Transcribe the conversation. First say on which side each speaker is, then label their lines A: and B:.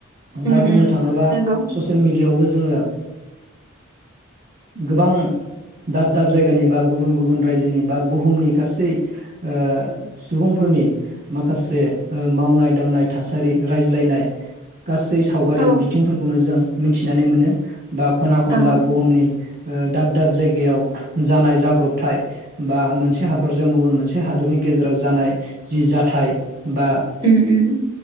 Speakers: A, on the right (about 25°); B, on the right (about 45°).
A: उम
B: दा बुंनो
A: उम
B: थाङोब्ला
A: नंगौ
B: ससियेल मिेडियायावबो जोङो ओ गोबां दाब दाब जायगानि बा गुबुन गुबुन रायजोनि बा बुहुमनि गासै ओ सुबुंफोरनि माखासे ओ मावनाय दांनाय थासारि रायज्लायनाय गासै सावगारि
A: औ
B: बिथिंफोरखौनो जों मिथिनानै मोनो बा खना खनला
A: औ
B: बुहुमनि दाब दाब जायगायाव जानाय जाब्रबथाय बा मोनसे हादरजों गुबुन मोनसे हादरनि गेजेराव जानाय जि जाथाय बा
A: उम उम